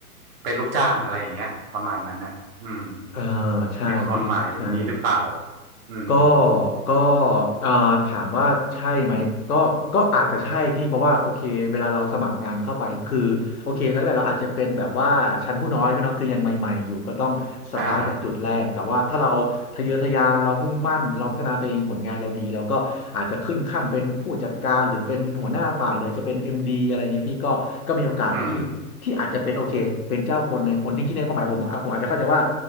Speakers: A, on the right; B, on the left.
A: เป็นลูกจ้างอะไรอย่างเงี้ยประมาณนั้นน่ะอืม
B: เออใช่พี่ใช่
A: ในความหมายนี้หรือเปล่าอืม
B: ก็ก็เอ่อถามว่าใช่ไหมก็ก็อาจจะใช่พี่เพราะว่าโอเคเวลาเราสมัครงานเข้าไปคือโอเคแรกๆเราอาจจะเป็นแบบว่าชั้นผู้น้อยพี่เนาะคือยังใหม่ๆอยู่ก็ต้องสตาร์ทจากจุดแรกแต่ว่าถ้าเราทะเยอทะยานเรามุ่งมั่นเราพัฒนาตัวเองผลงานเราดีเราก็อาจจะขึ้นขั้นเป็นผู้จัดการหรือเป็นหัวหน้าฝ่ายเลยจะเป็นเอ็มดีอะไรเงี้ยพี่ก็ก็มีโอกาสที่ที่อาจจะเป็นโอเคเป็นเจ้าคนในคนจริงๆในความหมายผมอ่ะผมอาจจะเข้าใจว่า
A: อ่าอืม